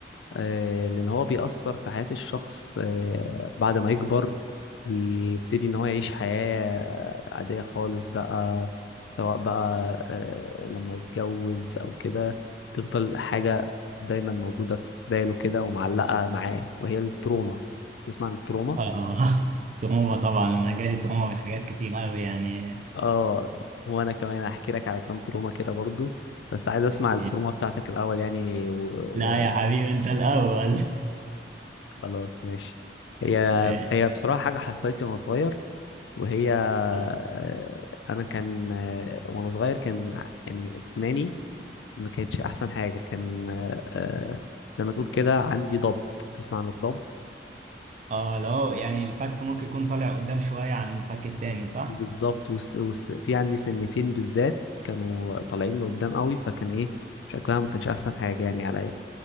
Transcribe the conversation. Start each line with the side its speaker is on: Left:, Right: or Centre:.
Left: آه لأن هو بيأثر في حياة الشخص آه بعد ما يكبر ويبتدي إن هو يعيش حياة عادية خالص بقى سواء بقى آه لما يتجوز أو كده تفضل حاجة دايما موجودة في باله كده ومعلقة معاه وهي التروما. تسمع عن التروما؟
Right: اه <laughs> تهمة طبعا انا جالي تهمة من حاجات كتير قوي يعني
Left: اه وانا كمان هحكي لك على كام تروما كده برضو بس عايز اسمع
Right: <laughs>
Left: التروما بتاعتك الاول يعني وخلاص
Right: لا يا حبيبي
Left: و... و-
Right: انت الاول
Left: خلاص، ماشي هي
Right: <laughs> إيش؟
Left: هي بصراحة حاجة حصلت لي وانا صغير وهي آه،
Right: اه
Left: انا كان آه، وانا صغير كان ع- يعني اسناني ما كانتش احسن حاجة كان آه، آه، زي ما تقول كده عندي ضب تسمع عن الضب
Right: اه لو يعني الفك ممكن يكون طالع قدام شوية عن الفك التاني صح؟
Left: بالظبط وس... وس... في عندي سنتين بالذات كانوا طالعين لقدام قوي فكان ايه شكلها ما كانش احسن حاجة يعني عليا